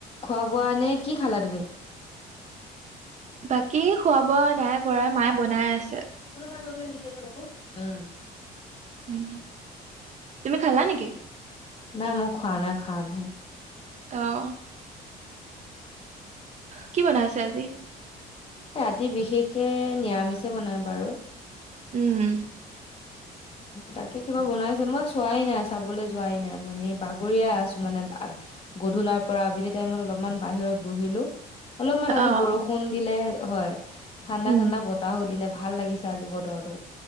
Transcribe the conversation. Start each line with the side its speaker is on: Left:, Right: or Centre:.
Left: খোৱা ব পোৱা নে কি খালা তুমি?
Right: <unintelligible> কি খুৱাব, নাই কৰাই মায়ে বনাই আছে।
Left: <unintelligible>
Right: উম! তুমি খালা নেকি?
Left: নাই মই খোৱা নাই খাম হে।
Right: অ'! কি বনাই আছে আজি?
Left: ৰাতি বিশেষকে নিৰামিষে বনাই বাৰু।
Right: উম!
Left: তাকে কিবা বনাইছে। মই চোৱাই নাই, চাবলৈ যোৱাই নাই। মই বাগৰিয়ে আছোঁ মানে। গধূলাৰ পৰা আবেলি টাইমত অলপমান বাহিৰত বহিলোঁ। অলপমান
Right: অ',
Left: আজি বৰষুণ দিলে। হয়। ঠাণ্ডা,
Right: উম।
Left: ঠাণ্ডা বতাহো দিলে। ভাল লাগিছে আজি বতৰটো।